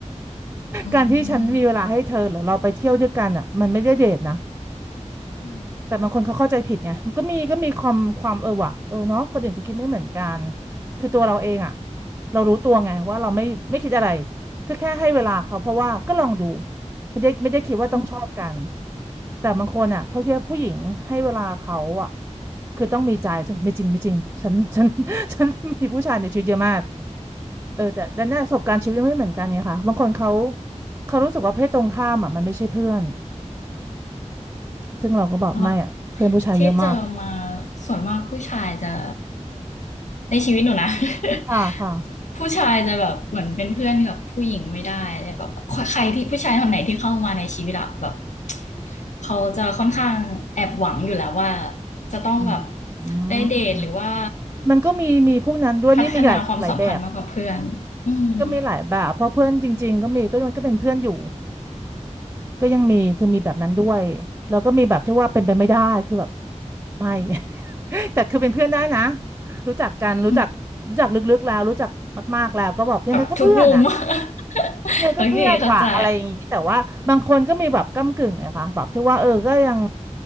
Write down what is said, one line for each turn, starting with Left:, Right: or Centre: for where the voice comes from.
Left: อื
Right: การที่ฉันมีเวลาให้เธอหรือเราไปเที่ยวด้วยกันอ่ะมันไม่ได้เดทนะ
Left: มอืม
Right: แต่บางคนเขาเข้าใจผิดไงมันก็มีก็มีความความเออว่ะเออเนาะคนอื่นเขาคิดไม่เหมือนกันคือตัวเราเองอ่ะเรารู้ตัวไงว่าเราไม่ไม่คิดอะไรก็แค่ให้เวลาเขาเพราะว่าก็ลองดูไม่ได้ไม่ได้คิดว่าต้องชอบกัน
Left: อืม
Right: แต่บางคนอ่ะเขาคิดว่าผู้หญิงให้เวลาเขาอ่ะคือต้องมีใจซึ่งไม่จริงไม่จริงฉันฉัน <laughs> ฉันมีผู้ชายในชีวิตเยอะมากเออแต่แต่เนี่ยประสบการณ์ชีวิตไม่เหมือนกันไงคะบางคนเขาเขารู้สึกว่าเพศตรงข้ามอ่ะมันไม่ใช่เพื่อนซึ่งเราก็บอกไม่อ่ะเพื่อนผู้ชายเยอะมาก
Left: สำหรับที่เจอมาส่วนมากผู้ชายจะในชีวิตหนูนะ
Right: ค่ะค่ะ
Left: <laughs> ผู้ชายจะแบบเหมือนเป็นเพื่อนกับผู้หญิงไม่ได้เลยแบบใครที่ผู้ชายคนไหนที่เข้ามาในชีวิตอะแบบเขาจะค่อนข้างแอบหวังอยู่แล้วว่าจะต้องแบบ
Right: อื
Left: ได้เดทหรือว่า
Right: มมันก็มีมีพวกนั้นด้วยนี่มีหลายหลายแบบ
Left: พัฒนาความสัมพันธ์มากกว่าเพื่อนอืม
Right: ก็มีหลายแบบเพราะเพื่อนจริงๆก็มีก็มันก็เป็นเพื่อนอยู่ก็ยังมีคือมีแบบนั้นด้วยแล้วก็มีแบบที่ว่าเป็นไปไม่ได้คือแบบไม่ <laughs> แต่คือเป็นเพื่อนได้นะรู้จักกันรู้จักรู้จักลึกๆแล้วรู้จักมากๆแล้วก็แบบยังไงก็เพื่อนอ่ะ
Left: อืมแบบทุกมุม <laughs>
Right: ยังไงก็เพื่อนว่ะอะไรอย่างนี้แต่ว่าบางคนก็มีแบบก้ำกึ่งไงคะแบบที่ว่าเออก็ยัง
Left: โอเคเข้าใจ